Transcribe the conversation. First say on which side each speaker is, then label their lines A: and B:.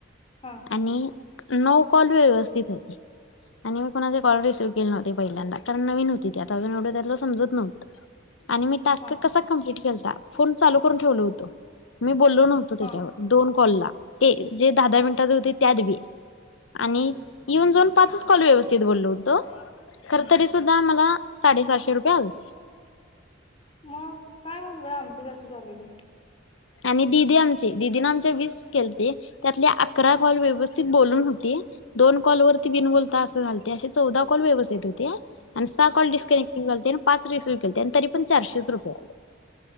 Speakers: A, on the left; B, on the left.
A: हां.
B: आणि नऊ कॉल व्यवस्थित होते. आणि मी कोणाचे कॉल रिसीव्ह केले नव्हते पहिल्यांदा, कारण नवीन होती ती, आता अजून एवड त्यातल समजत नव्हंत. आणि मी टास्क
A: हा
B: कसा कमप्लीट केलता? फोन चालू करून ठेवलो होतो, मी बोललो नव्हतो त्याच्यावर
A: हा
B: दोन कॉलला, ते जे दहा- दहा मिनिटात होते, त्यात बी. आणि
A: हम्म
B: येऊन जाऊन पाचच कॉल व्यवस्थित बोललो होतो. खरं
A: हम्म.
B: तरी सुद्धा मला, साडेसाहशे रुपये आलते.
A: मग, काय भानगडं आमच अस झालेले?
B: आणि दिदी आमची, दिदीन आमचे वीस केलते. त्यातले अकरा कॉल व्यवस्थित बोलून होते. दोन कॉलवरती बिनबोलता असं झालते, असे चौदा कॉल व्यवस्थित होते. आणि सहा कॉल डिस्कनेक्टिंग झालते. पाच रिसीव्ह केलते. तरी पण चारशेच रुपये आले.